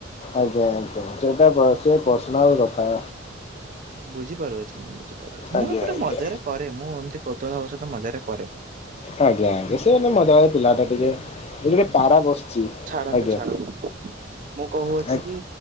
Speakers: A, on the left (about 30°); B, on the right (about 45°).
A: ଆଜ୍ଞା ଆଜ୍ଞା ସେଇଟା ସେ ପର୍ସନାଲ୍ କଥା।
B: ବୁଝିପାରୁଛି ମୁଁ ବୁଝିପାରୁଛି ମୁଁ
A: ଆଜ୍ଞା
B: ଏପଟେ
A: ଆଜ୍ଞା
B: ମଜାରେ କରେ ମୁଁ ଏମିତି କୌତୁଳ ହେବ ସହିତ ମଜାରେ କରେ।
A: ଆଜ୍ଞା ଆଜ୍ଞା ସେ ମଜାଲିଆ ପିଲା ଟା ଟିକେ ଏ ଗ ପାରା ବସଛି
B: ଛାଡନ୍ତୁ
A: ଆଜ୍ଞା।
B: ଛାଡନ୍ତୁ ମୁଁ କହୁଅଛି
A: ଆଜ୍ଞା।
B: କି